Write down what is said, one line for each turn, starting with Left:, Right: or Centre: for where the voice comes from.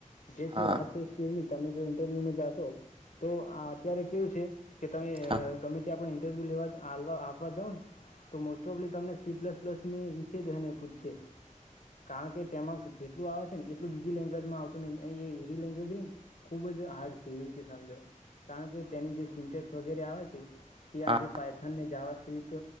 Left: જે
Right: હા
Left: છે વાત છે સ્કીલ ની તમે જો ઇન્ટરવ્યુમાં જાશો તો અત્યારે કેવું છે કે તમે
Right: હા
Left: ગમે તે આપ લેવાવા આપવા જ જાાવ ને તો મોસ્ટ ઓફલી તમને સી પ્લસ પ્લસ વિશે જને પૂછશે કારણ કે તેમાં જેટલું આવે છે ને એટલું બીજી લેંગ્વેજમાં આવતું નહી હરી લેંગ્વેજ નહીને ખૂબ જ હાર્ડ છે એવી રીતે સમજો કારણ કે તેની જે સિન્ન્ટેક્સ વગેરે આવે છે ત્યા
Right: હા
Left: આજે પાયથન ને જાવા સ્ક્રિપ્ટ